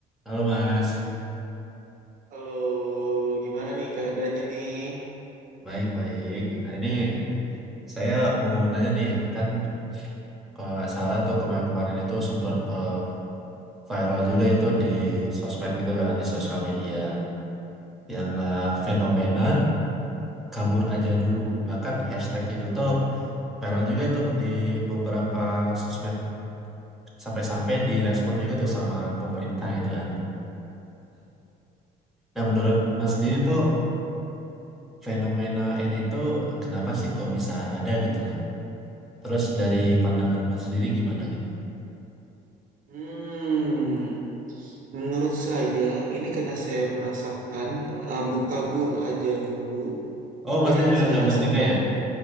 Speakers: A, in the centre; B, on the right.
A: Halo Mas,
B: Halo, gimana nih keadaannya nih?
A: baik-baik. Hari ini saya mau nanya nih, kan kalau nggak salah tuh kemarin-kemarin itu sempat eh, viral juga itu di sosmed gitu kan, di sosial media. Yang eh, fenomena kabur aja dulu. Bahkan hashtag itu tuh viral juga tuh di beberapa sosmed. Sampai-sampai direspon juga tuh sama pemerintah gitu kan. Nah menurut Mas sendiri tuh fenomena ini tuh kenapa sih kok bisa ada gitu loh? Terus dari pandangan Mas sendiri gimana gitu?
B: Hmm, menurut saya ini karena saya merasakan abu kabur aja dulu
A: Oh, masnya
B: dari yang
A: juga
B: saya
A: kabur
B: rasakan.
A: juga ya?